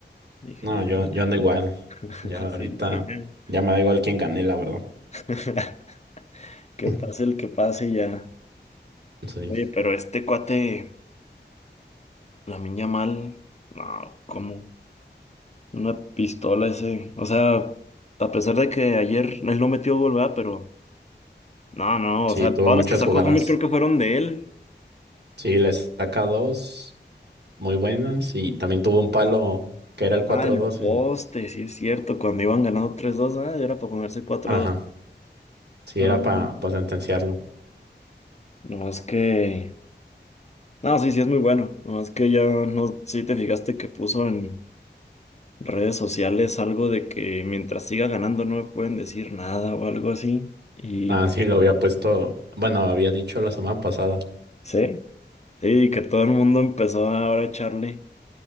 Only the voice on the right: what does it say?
No,
yo,
yo ando igual.
Ya
ahorita,
ya me da igual quién gané, la verdad.
<laughs>
Sí.
Sí,
tuvo
muchas
jugadas.
Sí, les saca dos muy buenas y también tuvo un palo que era el cuatro
dos
en...
Ajá.
Sí,
era
para sentenciarlo.
Ah, sí, lo había puesto, bueno, había dicho la semana pasada.